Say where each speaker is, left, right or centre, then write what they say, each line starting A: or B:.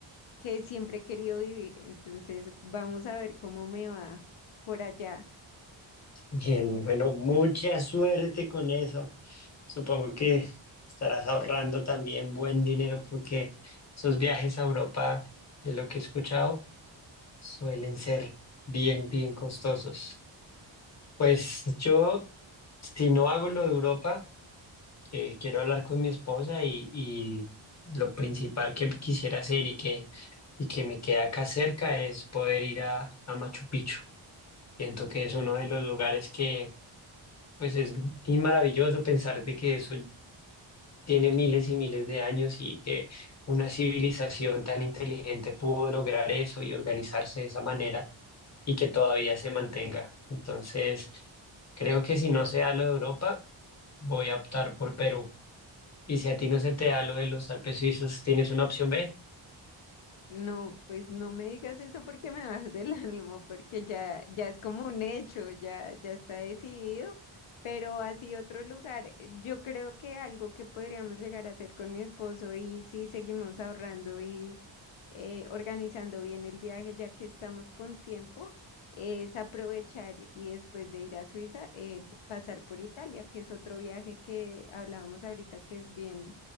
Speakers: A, on the left; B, on the left.
A: que siempre he querido vivir. Entonces, vamos a ver cómo me va por allá.
B: Bien, bueno, mucha suerte con eso. Supongo que estarás ahorrando también buen dinero porque esos viajes a Europa, de lo que he escuchado, suelen ser bien, bien costosos. Pues yo, si no hago lo de Europa, eh, quiero hablar con mi esposa y, y lo principal que quisiera hacer y que, y que me queda acá cerca es poder ir a, a Machu Picchu. Siento que es uno de los lugares que, pues es y maravilloso pensar de que eso tiene miles y miles de años y que una civilización tan inteligente pudo lograr eso y organizarse de esa manera y que todavía se mantenga. Entonces, creo que si no se da lo de Europa, voy a optar por Perú. Y si a ti no se te da lo de los Alpes suizos, ¿tienes una opción B?
A: No, pues no me digas eso porque me bajas del <laughs> ánimo, porque ya, ya es como un hecho, ya, ya está decidido. Pero así otro lugar, eh, yo creo que algo que podríamos llegar a hacer con mi esposo y si seguimos ahorrando y eh, organizando bien el viaje, ya que estamos con tiempo, es aprovechar y después de ir a Suiza, eh, pasar por Italia, que es otro viaje que hablábamos ahorita que es bien,